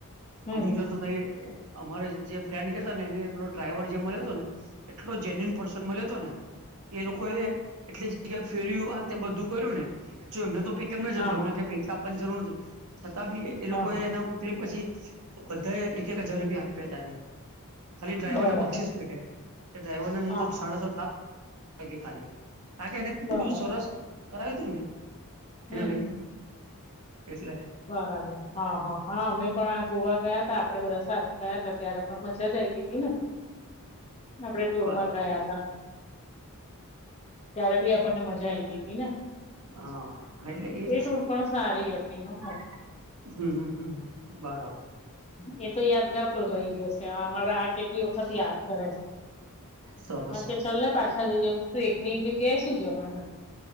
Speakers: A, on the left (about 30°); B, on the right (about 80°).
A: હમ
B: અમુક
A: હમ
B: જોડ તો થઈ. અમારે જે. ફ્રેન્ડ કેતા ને એ પલો ડ્રાઈવર જે મળ્યો હતો ને એટલો જેન્યુન પર્સન મળ્યો હતો ને. એ લોકો એ એટલી જગ્યા ફેર્યું આ તે બધું કર્યું ને એમને તો. કેમ ન જતું
A: હા હા
B: એમને કે પૈસા આપવાની જરૂર નથી છતાં બી એ
A: હા
B: લોકો
A: હા
B: એના. પછી બધાએ એક એક હજાર રૂપિયા આપ્યા હતા એને. ખાલી ડ્રાઈવર
A: બરાબર
B: ને બક્ષીસ બેઠે એ ડ્રાઈવરને નહી
A: હા
B: તો
A: હા
B: સાડા છ સાત. ખાલી કાર કે એનેું
A: બરાબર
B: બધું સરસ કરાવ્યું તુંને.
A: હમ
B: એને લઈ
A: હમ
B: એટલે.
A: બરાબર હા હા હા અમે પણ આ ગોવા ગયા ત આપડે બધા સા ગયા હતા ત્યારે. પણ મજા આઈ ગઈ હતીી ને આપડે ટુર
B: બરાબર
A: માં ગયા તા. ત્યારે બી આપણને મજા આઈ ગઈ હતીી ને.
B: હા એટલે એજ
A: એ ટુર પણ સારી આપતીી હ.
B: હમ હ બરાબર.
A: હ એ તો યાદગાર પણ રહી ગયો છે અમારે આ કેટલી વખત યાદ. કરે
B: સરસ
A: મ કે ચલ્ ને પાછા જઈએ તું એકની જ્યા છે જવાનું.